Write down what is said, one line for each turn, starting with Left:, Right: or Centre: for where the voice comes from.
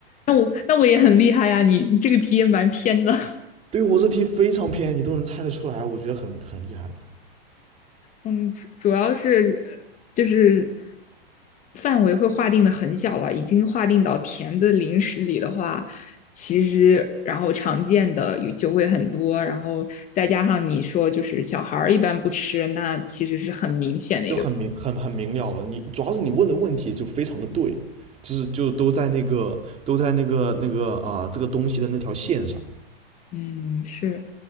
Left: 那我那我也很厉害呀，你这个题也蛮偏的。
Right: 对，我这题非常偏，你都能猜得出来，我觉得很很厉害了，
Left: 嗯，主主要是就是范围会划定的很小了，已经划定到甜的零食里的话，其实然后常见的也就会很多，然后再加上你说就是小孩儿一般不吃，那其实是很明显的一个，
Right: 就很明很很明了了，你主要是你问的问题就非常的对，就是就都在那个都在那个那个啊、这个东西的那条线上，
Left: 嗯，是